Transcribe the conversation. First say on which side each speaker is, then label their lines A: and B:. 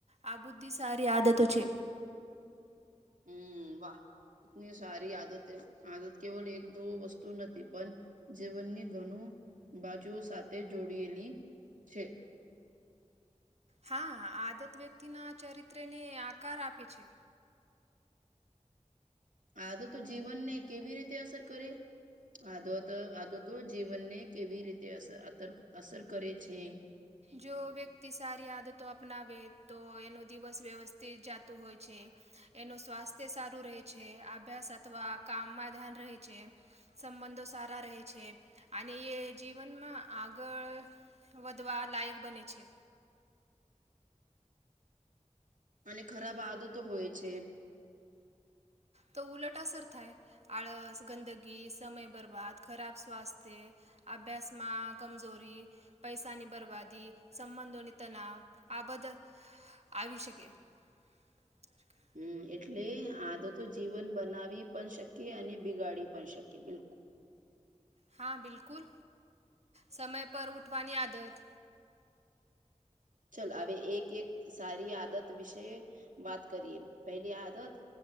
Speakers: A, on the right; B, on the right.
A: આ બુદ્ધિ સારી આદતો છે
B: હમ વાહ એતની સારી આદત આદત કેવલ એક તો વસ્તુ નથી પણ જીવનની ઘણું બાજુઓ સાથે જોડયેલી છે
A: હા આદત વ્યક્તિના ચરિત્રને આકાર આપે છે.
B: આ તોો તો જીવનને કેવી રીતે અસર કરે આો આ તોો તો જીવનને કેવી રીતે અ અ અસર કરે છે.
A: જો વ્યક્તિ સારી આદતો અપનાવે તો એનો દિવસ વ્યવસ્થિત જાતું હોય છે. એનું સ્વાસ્થ્ય સારું રહે છે અભ્યાસ અથવા કામમાં ધ્યાન રહે છે. સંબંધો સારા રહે છે અને એ જીવનમાં આગળ વધધવા લાયક બન છે.
B: અને ખરાબ આદતો હોય છે.
A: તો ઉલટ અસર થાય. આળસ ગંદગી સમય બરબાદ ખરાબ સ્વાસ્થ્ય અભ્યાસમાં કમજોરી પૈસાની બરબાદી સંબંધોની તનાવ આ બધ આવી શકે શ
B: હમ એટલે આ તો તો જીવન બનાવી પણ શકીએ અને બિગાડી પણ શકીએ બિલકુલ
A: હા બિલકુલ સમય પર ઉઠવાની આદત
B: ચાલ હવે એક એક સારી આદત વિશે વાત કરીએ પહેલી આદત